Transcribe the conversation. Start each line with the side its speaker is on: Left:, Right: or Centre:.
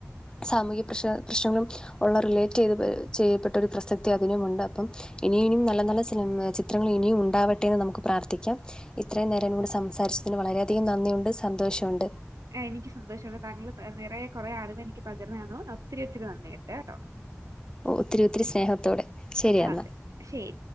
Left: സാമൂഹ്യ പ്രശ്ന പ്രശ്നങ്ങളും ഒള്ള റിലേറ്റ് ചെയ്ത് ചെയ്യപ്പെട്ട ഒരു പ്രസക്തി അതിനുമുണ്ട് അപ്പം ഇനി ഇനിയും നല്ല നല്ല ചിത്രങ്ങൾ ഇനിയും ഉണ്ടാവട്ടെന്ന് നമുക്ക് പ്രാർത്ഥിക്കാം ഇത്രയും നേരം കൂടെ സംസാരിച്ചതിന് വളരെയധികം നന്ദിയുണ്ട് സന്തോഷമുണ്ട്
Right: ആ എനിക്ക് ഒത്തിരി സന്തോഷമുണ്ട് താങ്കൾ നിറയ കുറേ അറിവ് എനിക്ക് പകർന്നു തന്നു ഒത്തിരി ഒത്തിരി നന്ദി ഒണ്ട് കേട്ടോ
Left: ഓ ഒത്തിരി ഒത്തിരി സ്നേഹത്തോടെ ശരി എന്നാൽ
Right: അതെ ശരി